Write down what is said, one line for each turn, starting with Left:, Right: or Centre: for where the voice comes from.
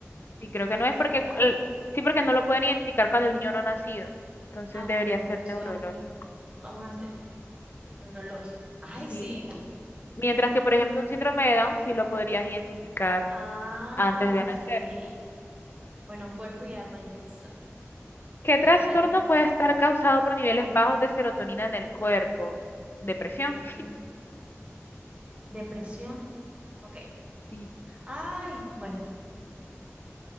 Left: Y creo que no es
Right: ¿Segura?
Left: porque, el- sí, porque no lo pueden identificar cuando el niño no ha nacido. Entonces
Right: Ah, ok,
Left: debería
Right: bueno,
Left: ser
Right: entonces
Left: neurológico.
Right: vamos, vamos a hacer neurológico. Ay,
Left: Sí.
Right: sí.
Left: Mientras que, por ejemplo, un síndrome de Down sí lo podrías identificar
Right: Ah,
Left: antes
Right: ok.
Left: de nacer.
Right: Bueno, cuerpo y alma, interesante.
Left: ¿Qué trastorno
Right: Vale,
Left: puede estar causado por niveles bajos de serotonina en el cuerpo? Depresión.
Right: ok. Depresión. Ok.
Left: Sí.
Right: Ay, bueno,